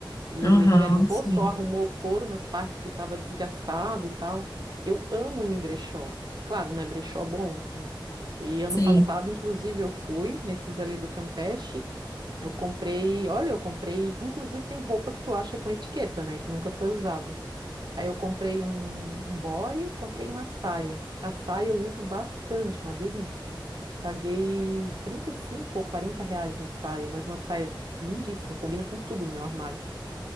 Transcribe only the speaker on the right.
E
garimpou
só, arrumou o couro nas partes que estava desgastado e tal. Eu amo ir em brechó. Claro, né? Brechó bom, assim. E ano
passado, inclusive, eu fui nesses ali do Campeche. Eu comprei, olha, eu comprei. Inclusive, tem roupa que tu acha com etiqueta, né? Que nunca foi usada. Aí eu comprei um, um body, comprei uma saia. A saia eu uso bastante, uma delícia. Paguei 35 ou 40 reais na saia, mas uma saia lindíssima, combina com tudo no meu armário.